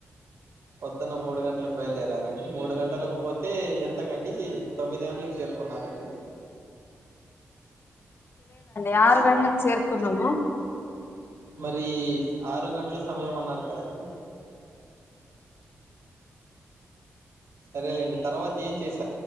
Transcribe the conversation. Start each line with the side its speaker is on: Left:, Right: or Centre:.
Right: పొద్దున్న మూడు గంటలకు బయలుదేరాలండి మూడు గంటలు తలగుపోతే ఎంతకండి తొమ్మిది గంటకి చేరుకు కొన్నారండి
Left: యారు గడ్లకి సేర్కున్నము
Right: మరి ఆరు గంటల సమయం అన్నారు కదండి సరేలేండి తర్వాత ఏం చేసి